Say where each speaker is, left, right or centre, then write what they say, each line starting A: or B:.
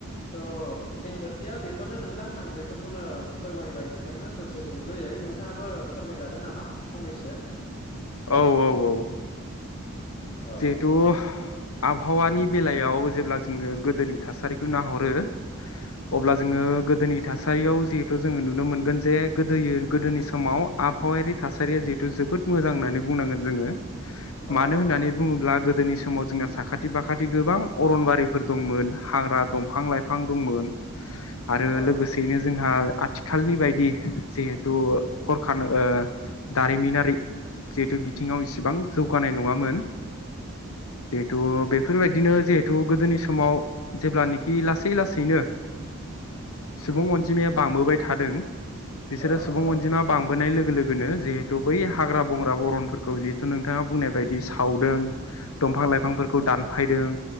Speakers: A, on the left; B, on the left.
A: थ' खेंफोरथिया बेफोरनो नोंथां आं बेफोरखौनो फोरमायबाय नोंथांनो ससे सुंद'यै नोंथाङाबो फोरमायजागोन नामा फंनैसो
B: औ औ औ।
A: औ
B: जिहेतु आबहावानि बेलायाव जेब्ला जोङो गोदोनि थासारिखौ नाहरो अब्ला जोङो गोदोनि थासारियाव जिहेथु जोङो नुनो मोनगोन जे गोदोनि समाव आबहावायारि थासारिया जोबोद मोजां। मोजां होननानै बुंनांगोन जोङो
A: औ
B: मानो होननानै
A: औ
B: बुङोब्ला गोदोनि समाव जों साखाथि फाखाथि गोबां अरनबारिफोर दंमोन हाग्रा दंफां लाइफां दंमोन आरो
A: औ
B: लोगोसेयैनो जोंहा आथिखालनि बायदि जिहेथु कलखारखाना दारिमिनारि जिहेथु बिथिङाव इसिबां जौगानाय नङामोन जिहेथु बेफोरबायदिनो जिहेथु गोदोनि समाव जेब्लानाखि लासै लासैनो सुबुं अनजिमाया बांबोबाय थादों बिसोरो
A: औ
B: सुबुं
A: औ
B: अनजिमा बांबोनाय लोगो लोगो <unintelligible> जिहेथु बै हा हाग्रा बंग्रा अरनफोरखौ जिहेथु नोंथाङा बुंनाय बायदि सावदों दंफां लाइफांफोरखौ
A: औ
B: दानफायदों